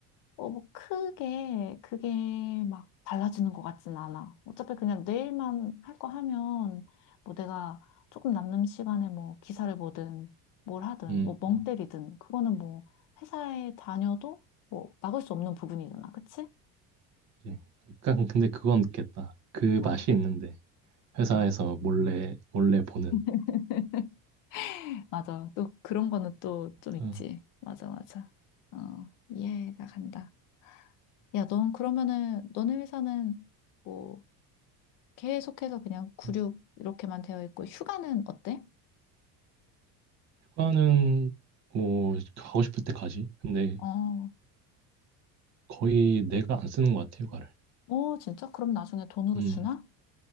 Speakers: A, on the left (about 55°); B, on the right (about 45°).
A: 어, 뭐 크게 그게 막 달라지는 것 같진 않아. 어차피 그냥 내일만 할 거 하면 뭐 내가 조금 남는 시간에 뭐 기사를 보든 뭘 하든
B: 음,
A: 뭐 멍
B: 음.
A: 때리든 그거는 뭐 회사에 다녀도 뭐 막을 수 없는 부분이잖아. 그치?
B: 그지. 약간, 근데 그건 있겠다. 그
A: 뭐,
B: 맛이 있는데. 회사에서
A: 뭐.
B: 몰래, 몰래 보는.
A: <laughs> 맞아. 또 그런 거는 또 좀 있지.
B: 어.
A: 맞아, 맞아. 어, 이해가 간다. 야, 넌 그러면은 너네 회사는 뭐 계속해서 그냥 구6
B: 음.
A: 이렇게만 되어 있고 휴가는 어때?
B: 휴가는, 뭐, 가고 싶을 때 가지. 근데
A: 어,
B: 거의 내가 안 쓰는 것 같아, 휴가를.
A: 어, 진짜? 그럼 나중에 돈으로
B: 음,
A: 주나?